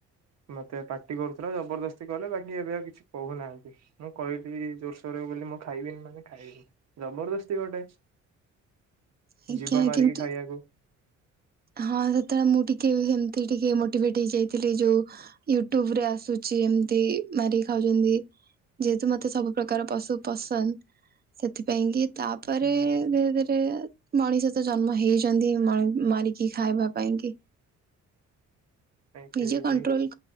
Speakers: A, on the right; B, on the right.
A: ମତେ ପାଟି କରୁଥିଲା ଜବରଦସ୍ତି କଲେ ବାକି ଏବେ ଆଉ କିଛି କହୁନାହାନ୍ତି ମୁଁ କହିଲି ଜୋରସେ ବୋଲି ମୁଁ ଖାଇବିନି ମାନେ ଖାଇବିନି ଜବରଦସ୍ତି ଗୋଟେ
B: ଆଜ୍ଞା
A: ଜୀବ ମାରିକି
B: କିନ୍ତୁ
A: ଖାଇବାକୁ
B: ହଁ ସେତେବେଳେ ମୁଁ ଟିକେ ସେମତି ଟିକେ ମୋଟିଭେଟ ହେଇଯାଇଥିଲି ଯୋଉ ୟୁଟ୍ୟୁବରେ ଆସୁଛି ଯେମିତି ମାରିକି ଖାଉଛନ୍ତି। ଯେହେତୁ ମତେ ସବୁ ପ୍ରକାର ପଶୁ ପସନ୍ଦ ସେଥିପାଇଁ କି? ତାପରେ
A: ହୁଁ
B: ଧୀରେ ଧୀରେ ମଣିଷ ତ ଜନ୍ମ ହେଇଛନ୍ତି ମଣି ମାରିକି ଖାଇବା ପାଇଁ କି
A: ଫିର
B: ନିଜେ କଟ୍ରୋଲ
A: ବି